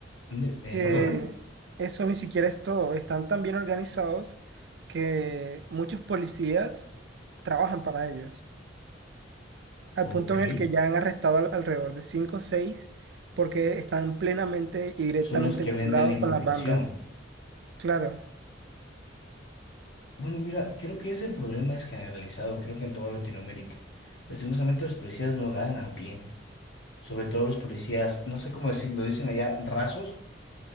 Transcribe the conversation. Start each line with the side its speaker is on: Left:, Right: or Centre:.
Left: mi- eh,
Right: que
Left: perdona,
Right: eso ni siquiera es todo. Están tan bien organizados que muchos policías trabajan para ellos. al
Left: ok,
Right: punto en el que ya han arrestado al- alrededor de 5 o 6 porque están plenamente y directamente
Left: son los que
Right: vinculados
Left: vendan la información.
Right: con las bandas. Claro,
Left: Bueno, mira, creo que ese problema es generalizado, creo que en toda Latinoamérica. Lastimosamente los policías no ganan bien, sobre todo los policías, no sé cómo decirlo, dicen allá rasos,